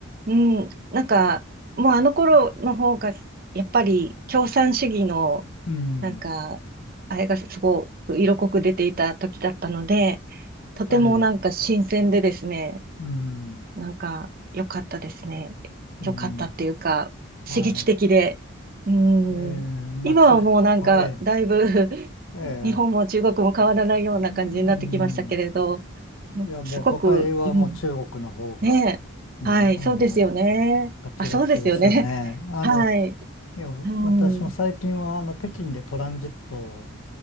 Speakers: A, on the right; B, on the left.
A: うん、なんか、もうあの頃の方が、やっぱり共産主義の、
B: うん。
A: なんか、あれがすごく色濃く出ていた時だったので、とてもなんか新鮮でですね、
B: はい。うん。
A: なんか、良かったですね。
B: うん。
A: 良かったっていうか、刺激的で。
B: は
A: う
B: い。えー、
A: ん。
B: まあ、
A: 今はもうなんか、
B: 中、はい。
A: だいぶ
B: ええ
A: <laughs> 日本も中国も変わらないような感じになってきましたけれど、
B: うん。
A: うんすごく、
B: いや、もう都会はもう中国の方が、
A: うん、ねえ。
B: ね、
A: はい、
B: あの、
A: そうですよね。
B: ガチガチですよね。
A: あ、そうですよね。<laughs>
B: あの、
A: はい。
B: いや、
A: う
B: 私も最近は、
A: ん。
B: あの、北京でトランジットを、